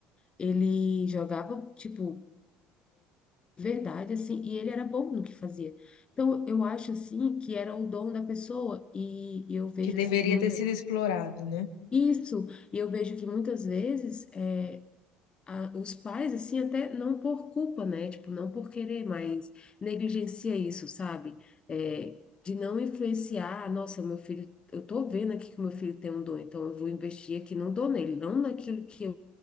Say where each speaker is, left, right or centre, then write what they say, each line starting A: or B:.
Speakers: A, on the left; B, on the left.
A: Ele jogava, tipo, verdade, assim, e ele era bom no que fazia. Então, eu acho, assim, que era o dom da pessoa, e eu vejo,
B: Que deveria
A: assim, que muitas...
B: ter sido explorado, né?
A: Isso, e eu vejo que muitas vezes é, a- os pais, assim, até não por culpa, né? Tipo, não por querer, mas negligencia isso, sabe? É, de não influenciar, "Ah, nossa, meu filho, eu tô vendo aqui que o meu filho tem um dom, então eu vou investir aqui no dom nele, não naquilo que eu,